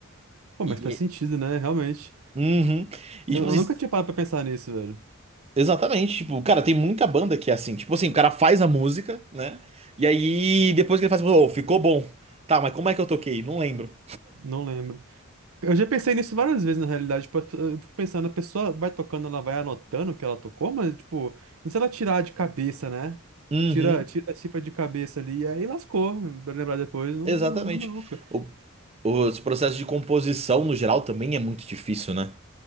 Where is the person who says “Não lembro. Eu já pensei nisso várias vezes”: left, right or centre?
Right